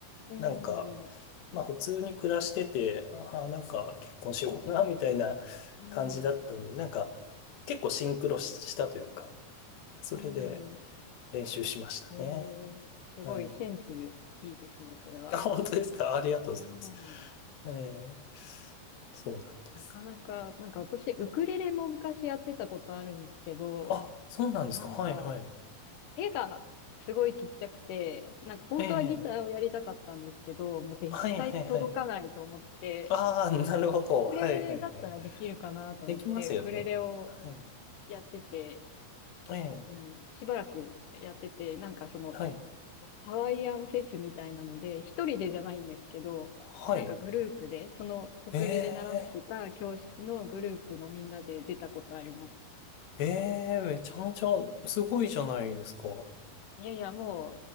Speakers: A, on the left; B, on the left.
A: うんうんう
B: なんか、まあ普通に暮らしてて、ああ、なんか結婚しようかな、みたいな感じだったので、
A: ん。
B: なんか結構シンクロしたというか、それで、
A: うん。うん。
B: 練習しましたね。
A: ええすごいセンスいいですね、
B: はい。
A: それは。
B: あ、本当ですかありがとうございます。
A: うん。
B: ええ、そうなんです。
A: なかなか、なんか私、ウクレレも昔やってたことあるんですけど、
B: あ、そうなんですかはいはい。
A: なんか、絵がすごいちっちゃくて、なんか本当はギターをやりたかったんですけど、
B: ええ、
A: もう絶対届かないと思って、
B: はいはいはい。ああ、なるほど。
A: ウクレレだったらできるかなと思って、
B: はいはいはい。できますよね。
A: ウクレレを
B: はい。
A: やってて、
B: ええ、
A: うん、しばらくやってて、なんかその、
B: はい。
A: ハワイアンフェスみたいなので、一人でじゃないんですけど、
B: はい。
A: なんかグループで、そのウクレレ習ってた教室のグループのみんなで出たことあります。
B: ええ、ええ、めちゃめちゃすごいじゃないですか。
A: いやいや、も